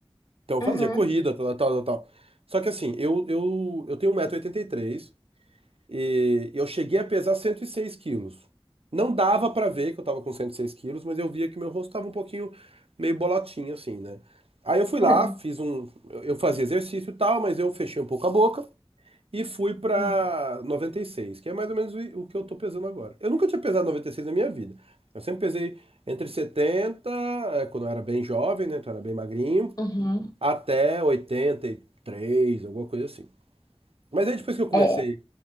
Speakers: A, on the right (about 75°); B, on the left (about 40°).
A: Então eu fazia
B: Uhum.
A: corrida, tal, tal, tal, tal. Só que assim, eu, eu, eu tenho 1,83m e oitenta e três e eu cheguei a pesar 106 quilos. Não dava pra ver que eu tava com 106 quilos, mas eu via que meu rosto tava um pouquinho meio bolotinho, assim, né? Aí eu fui lá,
B: <laughs>
A: fiz um. Eu eu fazia exercício e tal, mas eu fechei um pouco a boca e fui pra
B: Uhum.
A: 96, que é mais ou menos o o que eu tô pesando agora. Eu nunca tinha pesado 96 na minha vida. Eu sempre pesei entre 70, eh, quando eu era bem jovem, né? Então eu era bem magrinho.
B: Uhum.
A: Até oitenta e três alguma coisa assim. Mas aí depois que eu comecei
B: É.